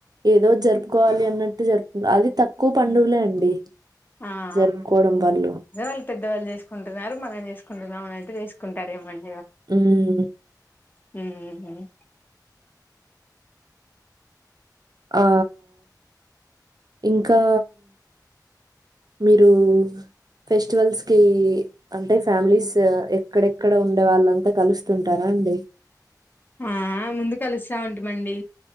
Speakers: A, on the right; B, on the left.
A: ఏదో జరుపుకోవాలి అన్నట్టు జరుపు అది తక్కువ పండుగలే
B: హ్మ్.
A: అండి
B: ఆ! ఆ!
A: జరుపుకోవడం వాళ్ళు
B: అదే వాళ్ళు పెద్దవాళ్ళు చేసుకుంటున్నారు మనం చేసుకుంటున్నాం అతే చేసుకుంటారేమంటడి
A: హ్మ్
B: హ్మ్ హ్మ్
A: ఆ ఇంకా మీరు ఫెస్టివల్స్కి అంటే ఫ్యామిలీస్ ఎక్కడెక్కడ ఉండే వాళ్ళంతా కలుస్తుంటారా అండి
B: ఆ ముందు కలుస్తా ఉంటిమండి